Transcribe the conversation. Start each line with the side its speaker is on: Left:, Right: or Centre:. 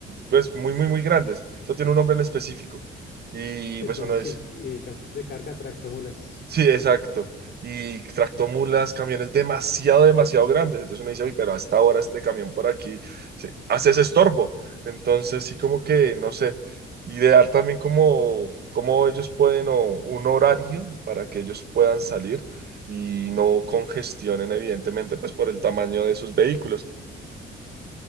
Right: pues muy, muy, muy grandes. Eso tiene un nombre en específico. Y
Left: Pues
Right: pues
Left: son,
Right: uno
Left: sí,
Right: dice,
Left: eh, camiones de carga, tractomulas.
Right: Sí, exacto. Y tractomulas, camiones demasiado, demasiado grandes. Entonces uno dice, uy, pero a esta hora este camión por aquí se- hace ese estorbo. Entonces sí como que, no sé, idear también cómo, cómo ellos pueden o un horario para que ellos puedan salir y no congestionen, evidentemente, pues por el tamaño de sus vehículos.